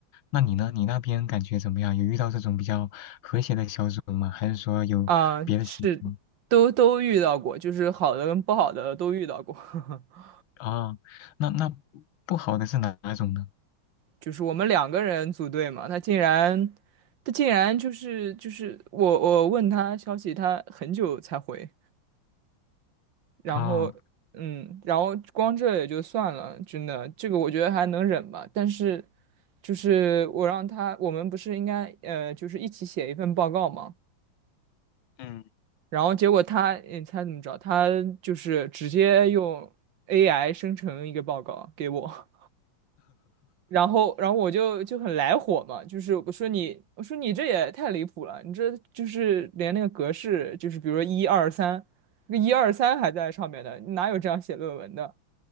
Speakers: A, on the left; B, on the right.
A: 那你呢？你那边感觉怎么样？有遇到这种比较和谐的小组吗？还是说有别的情况？
B: 啊、是，都都遇到过，就是好的跟不好的都遇到过。<laughs>
A: 啊，那那不好的是哪哪种呢？
B: 就是我们两个人组队嘛，他竟然，他竟然就是就是我我问他消息，他很久才回。然后，
A: 啊，
B: 嗯，然后光这也就算了，真的，这个我觉得还能忍吧。但是，就是我让他，我们不是应该呃，就是一起写一份报告嘛？
A: 嗯，
B: 然后结果他，你猜怎么着？他就是直接用 AI 生成一个报告给我，<laughs> 然后，然后我就就很来火嘛，就是我说你，我说你这也太离谱了，你这就是连那个格式，就是比如说一二三，那一二三还在上面的，你哪有这样写论文的？